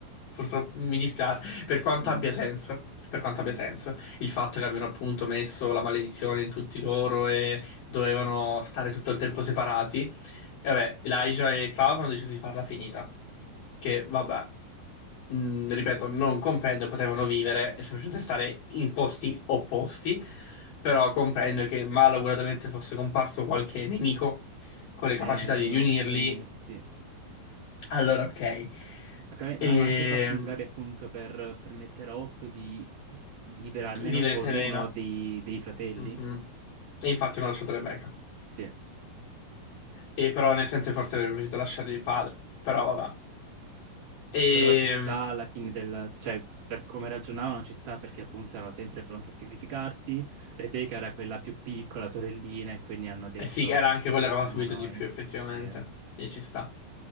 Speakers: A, on the left; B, on the right.
A: purtroppo mi dispiace, per quanto
B: Mm.
A: abbia senso, per quanto
B: Sì.
A: abbia senso, il fatto che abbiano appunto messo la maledizione in tutti loro e dovevano stare tutto il tempo separati, e vabbè Elijah e Klaus hanno deciso di farla finita, che vabbè, mh, ripeto, non comprendo, potevano vivere e semplicemente stare in posti opposti però comprendo che malauguratamente fosse comparso qualche nemico con le capacità
B: Eh, dovevano
A: di riunirli,
B: comunque unirsi.
A: allora ok.
B: Magari l'hanno
A: E
B: anche fatto magari appunto per permettere a Hope di vivere almeno
A: vivere
B: con
A: serena.
B: uno dei, dei fratelli.
A: Mhm. E infatti non ho lasciato Rebecca.
B: Sì.
A: E però nel senso forse avrebbe potuto lasciargli il padre, però vabbè. E,
B: Però ci sta alla fine del... cioè, per come ragionavano ci sta perché appunto erano sempre pronti a sacrificarsi. Rebecca era quella più piccola, sorellina, e quindi hanno detto
A: sì, era
B: ci
A: anche
B: sacrifichiamo
A: quella che aveva subito
B: noi.
A: di più effettivamente,
B: Sì,
A: quindi ci sta.